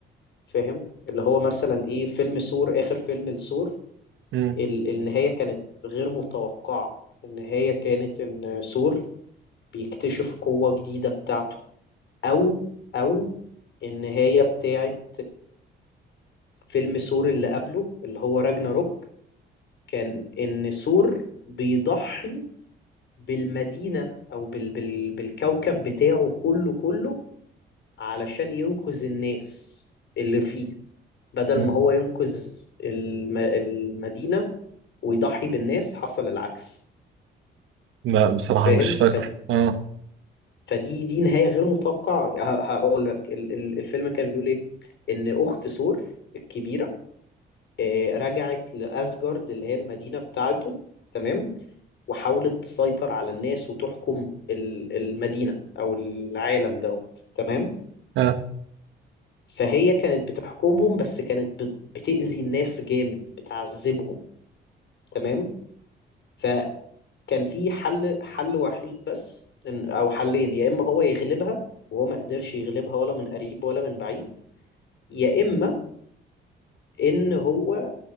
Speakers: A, on the left; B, on the right.
A: فاهم اللي هو مثلا ايه فيلم ثور اخر فيلم لثور
B: مم.
A: ال- النهاية كانت غير متوقعة النهاية كانت ان ثور بيكتشف قوة جديدة بتاعته او او النهاية بتاعت فيلم ثور اللي قبله اللي هو راجناروك كان إن ثور بيضحي بالمدينة أو بال بال بالكوكب بتاعه كله كله علشان ينقذ الناس اللي فيه بدل
B: مم.
A: ما هو ينقذ الم المدينة ويضحي بالناس حصل العكس
B: لا بصراحة
A: فاهم؟
B: مش فاكره
A: ف
B: اه
A: فدي دي نهاية غير متوقعة ه- هقول لك ال- ال- الفيلم كان بيقول إيه؟ إن أخت ثور الكبيرة آه، رجعت لأسجارد اللي هي المدينة بتاعته تمام وحاولت تسيطر على الناس وتحكم ال- المدينة أو العالم دوت تمام
B: اه
A: فهي كانت بتحكمهم بس كانت بت- بتأذي الناس جامد بتعذبهم تمام فكان في حل حل وحيد بس إن- أو حلين يا إما هو يغلبها وهو ما قدرش يغلبها ولا من قريب ولا من بعيد يا إما إن هو